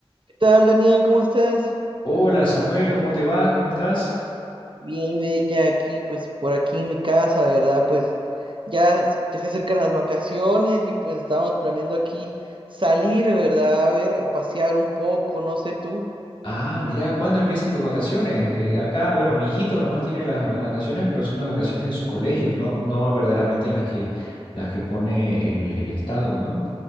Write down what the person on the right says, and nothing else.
¿Qué tal, Daniel? ¿Cómo estás?
Bien, bien, ya aquí, pues por aquí en mi casa, ¿verdad? Pues ya, ya se acercan las vacaciones y pues estamos planeando aquí salir, ¿verdad? A ver, pasear un poco, no sé tú.